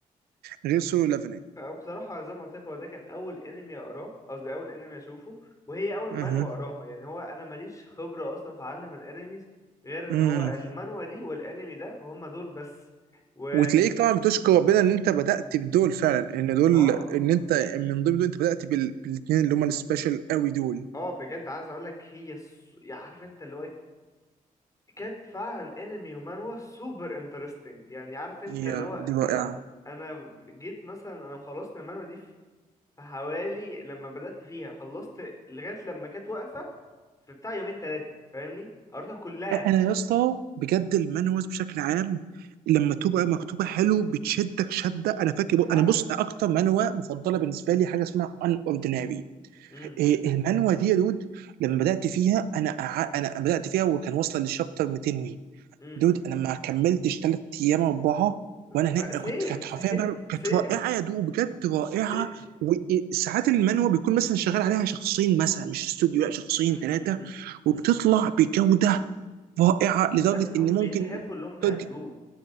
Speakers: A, on the right; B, on the left.
A: غير سولو ليفلنج
B: اه بصراحة زي ما قلت لك هو ده كان أول أنمي أقراه قصدي أول أنمي أشوفه وهي أول
A: اها
B: منوى أقراها يعني هو أنا ماليش خبرة أصلا في عالم الأنميز غير إن
A: امم
B: هو المانوا دي والأنمي ده هما دول بس و
A: وتلاقيك طبعا بتشكر ربنا ان انت بدات بدول فعلا ان دول
B: آه
A: ان انت من ضمن دول انت بدات بال... بالاثنين اللي هم السبيشال قوي دول
B: آه بجد عايز أقول لك هي الص- يعني عارف أنت اللي هو إيه كانت فعلا أنمي ومانوا سوبر انترستنج يعني عارف أنت
A: يا
B: اللي هو
A: دي رائعه
B: أنا أنا جيت مثلا أنا خلصت المانوا دي فحوالي لما بدأت فيها خلصت لغاية لما كانت واقفة في بتاع يومين ثلاثة فاهمني قريتها كلها
A: انا يا اسطى بجد المانوز بشكل عام لما تبقى مكتوبه حلو بتشدك شده انا فاكر
B: فعلا
A: انا بص اكتر منوه مفضله بالنسبه لي حاجه اسمها ان اورديناري
B: امم
A: المانوه دي يا دود لما بدات فيها انا أع...
B: امم
A: انا بدات فيها وكان واصله للشابتر 200 وي
B: امم
A: دود انا ما كملتش ثلاث ايام اربعه وانا
B: لا
A: هناك
B: سيم
A: كنت كانت
B: سيم
A: حرفيا بقى كانت
B: سيم
A: رائعه يا دود بجد رائعه
B: سيم
A: وساعات المانوه بيكون مثلا شغال عليها شخصين مثلا مش استوديو لا
B: <laughs>
A: شخصين
B: امم
A: ثلاثه
B: امم امم
A: وبتطلع
B: امم.
A: بجوده رائعه لدرجه
B: عشان هم
A: ان ممكن
B: بيحبوا اللي هم بيعملوه
A: تودي